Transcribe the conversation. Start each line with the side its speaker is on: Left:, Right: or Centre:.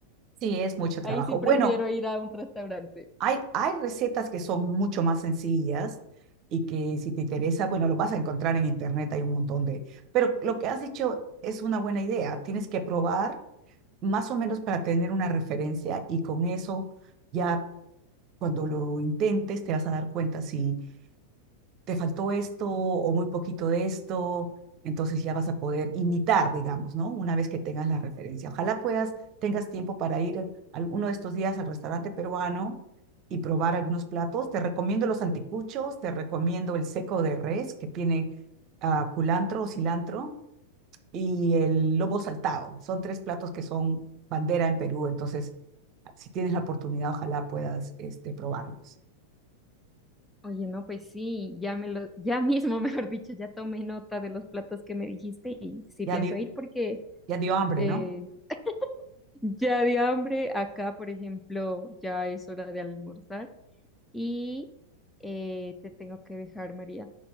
Right: Sí, es mucho
Centre: Ahí
Right: trabajo.
Centre: sí prefiero
Right: Bueno,
Centre: ir a un restaurante.
Right: hay, hay recetas que son mucho más sencillas y que si te interesa, bueno, lo vas a encontrar en internet, hay un montón de... Pero lo que has dicho es una buena idea. Tienes que probar más o menos para tener una referencia y con eso ya cuando lo intentes te vas a dar cuenta si te faltó esto o muy poquito de esto, entonces ya vas a poder imitar, digamos, ¿no? Una vez que tengas la referencia. Ojalá puedas, tengas tiempo para ir alguno de estos días al restaurante peruano y probar algunos platos. Te recomiendo los anticuchos, te recomiendo el seco de res que tiene ah, culantro o cilantro y el lomo saltado. Son tres platos que son bandera en Perú, entonces si tienes la oportunidad, ojalá puedas este, probarlos.
Centre: Oye, no, pues sí, ya me lo, ya mismo, <laughs> mejor dicho, ya tomé nota de los platos que me dijiste y sí
Right: Ya
Centre: pienso
Right: dio,
Centre: ir porque
Right: ya dio hambre,
Centre: eh,
Right: ¿no?
Centre: ya de hambre, acá, por ejemplo, ya es hora de almorzar. Y eh, te tengo que dejar, María.